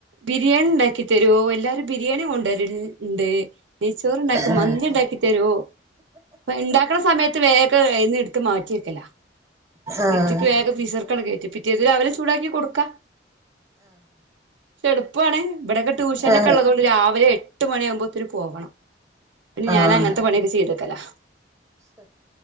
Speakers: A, on the right; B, on the right.
A: ബിരിയാണി ഉണ്ടാക്കി തരുവോ എല്ലാരും ബിരിയാണി കൊണ്ടുവരുണ്ട് നെയ്ച്ചോറ് ഉണ്ടാക്കും
B: ആഹ്
A: മന്തി ഉണ്ടാക്കി തരുവോ അപ്പൊ ഉണ്ടാക്കണ സമയത്ത് വേഗം എന്ന് എടു ത്ത് മാറ്റി വെക്കലാ
B: ആഹ്
A: ഫ്രിഡ്ജിക്ക് വേഗം ഫ്രീസർക്കങ്ങട് കേറ്റും പിറ്റേന്ന് രാവിലെ ചൂടാക്കി കൊടുക്കാം പക്ഷെ എളുപ്പമാണ് ഇവിടൊക്കെ ട്യൂഷനൊക്കെ
B: ആഹ്
A: ഉള്ളതോണ്ട് രാവിലെ എട്ട് മണിയാകുമ്പോത്തേന് പോവണം പിന്നെ
B: ആഹ്
A: ഞാൻ അങ്ങനത്തെ
B: ആഹ്
A: പണിയൊക്കെ ചെയ്ത് വെക്കലാ